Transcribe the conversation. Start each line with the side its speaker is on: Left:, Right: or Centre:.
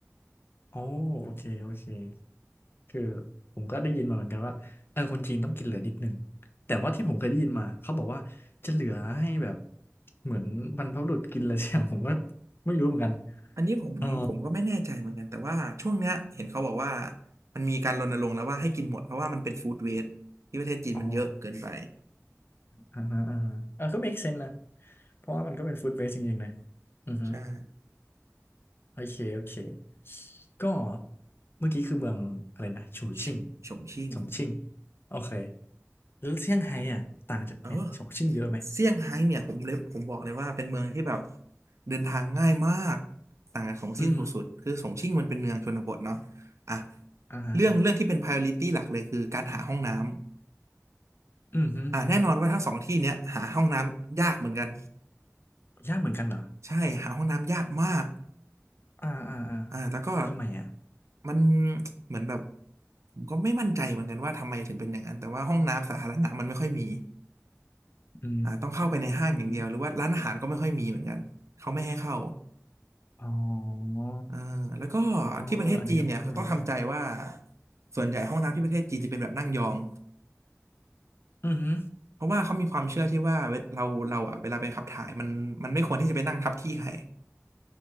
Left: โอ้โอเคโอเคคือผมก็ได้ยินมาเหมือนกันว่า เออ คนจีนต้องกินเหลือนิดนึงแต่ว่าที่ผมเคยได้ยินมาเขาบอกว่าจะเหลือให้แบบเหมือนบรรพบุรุษกินอะไรสักอย่างผมก็ไม่รู้เหมือนกัน
Right: อันนี้ผมผมก็ไม่แน่ใจเหมือนกันแต่ว่าช่วงเนี้ยเห็นเขาบอกว่า
Left: เออ
Right: มันมีการรณรงค์แล้วว่าให้กินหมดเพราะว่ามันเป็นฟู้ดเวสต์ที่ประเทศจีนมันเยอะเกินไป
Left: อ๋ออ่าฮะอ่าฮะเออก็ make sense นะเพราะว่ามันก็เป็น food waste จริงๆนะอือฮึ
Right: ใช่
Left: โอเคโอเคก็เมื่อกี้คือเมืองอะไรนะฉูชิ่ง
Right: ฉงฉงชิ่ง
Left: ฉงชิ่งโอเคแล้วเซี่ยงไฮ้อ่ะต่างจากเนี่ยฉงชิ่งเยอะไหม
Right: เออเซี่ยงไฮ้เนี่ยผมเลยผมบอกเลยว่าเป็นเมืองที่แบบเดินทางง่ายมากต่างกับของซิ่งสุดๆคือฉงชิ่งมันเป็นเมืองชนบทเนาะ
Left: อือฮึ
Right: อ่ะ
Left: อ่าฮะ
Right: เรื่องเรื่องที่เป็น priority หลักเลยคือการหาห้องน้ำ
Left: อือฮึ
Right: อ่ะแน่นอนว่าทั้งสองที่เนี้ยหาห้องน้ำยากเหมือนกัน
Left: ยากเหมือนกันเหรอ
Right: ใช่หาห้องน้ำยากมาก
Left: อ่าอ่าอ่า
Right: อ่าแล้วก็
Left: ทำไมอ่ะ
Right: มันเหมือนแบบผมก็ไม่มั่นใจเหมือนกันว่าทำไมถึงเป็นอย่างนั้นแต่ว่าห้องน้ำสาธารณะมันไม่ค่อยมี
Left: อื
Right: อ่าต้องเข้าไปในห้างอย่างเดียวหรือว่าร้านอาหารก็ไม่ค่อยมีเหมือนกันเขาไม่ให้เข้า
Left: มอ๋อ
Right: อ่าแล้วก็
Left: อ๋อเอออันนี้ก็เพิ่งรู้เหมือนกัน
Right: ที่ประเทศจีนเนี่ยเขาต้องทำใจว่าส่วนใหญ่ห้องน้ำที่ประเทศจีนจะเป็นแบบนั่งยอง
Left: อือฮึ
Right: เพราะว่าเขามีความเชื่อที่ว่าเวเราเราอ่ะเวลาไปขับถ่ายมันมันไม่ควรที่จะไปนั่งทับที่ใคร